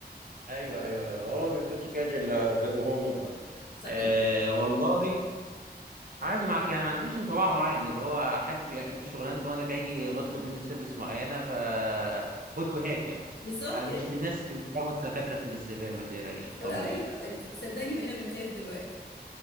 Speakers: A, on the right; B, on the left.
A: ايوه ايوه ايوه هو ما كانش كده غير غير وهو مجبر
B: صحيح
A: آه والله عادي مع يعني ما عنديش انطباع معين اللي هو حد بيأدي شغلانته وانا جاي بطلب منه سيرفيس معينه ف خد وهات يعني
B: بالظبط
A: انا مش
B: يا ريت
A: من الناس اللي بيضربوا الدكاتره في الاستقبال ما تقلقيش طمني
B: ايوه صدقني بقينا بنخاف دلوقتي